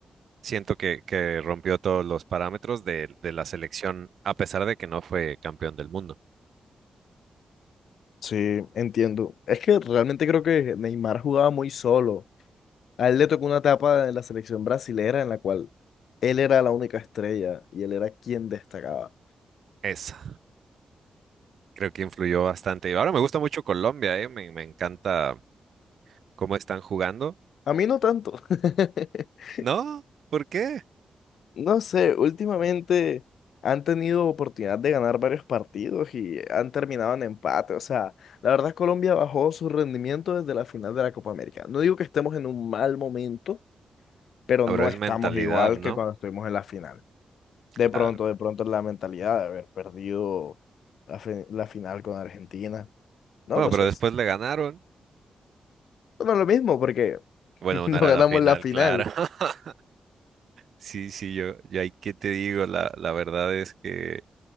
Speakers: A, on the right (about 75°); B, on the left (about 85°).
A: Siento que, que rompió todos los parámetros de, de la selección a pesar de que no fue campeón del mundo.
B: Sí, Entiendo. Es que realmente creo que Neymar jugaba muy solo. A él le tocó una etapa de la selección brasilera en la cual Él era la única estrella y él era quien destacaba.
A: Esa, creo que influyó bastante. Y ahora me gusta mucho Colombia, eh, Me, me encanta cómo están jugando.
B: A mí no tanto. <laughs>
A: ¿No? ¿Por qué?
B: No sé, últimamente han tenido oportunidad de ganar varios partidos y han terminado en empate. O sea, la verdad Colombia bajó su rendimiento desde la final de la Copa América. No digo que estemos en un mal momento, pero
A: Ah,
B: no
A: pero es
B: estamos
A: mentalidad,
B: igual
A: ¿no?
B: que cuando estuvimos en la final. De
A: Claro.
B: pronto, de pronto la mentalidad de haber perdido la, fi- la final con Argentina. No
A: Bueno,
B: lo
A: pero
B: sé.
A: después le ganaron.
B: Bueno, lo mismo porque
A: Bueno,
B: <laughs>
A: una
B: no
A: era
B: ganamos
A: la final,
B: la final.
A: claro. <laughs> Sí, sí, yo, yo ahí que te digo, la, la verdad es que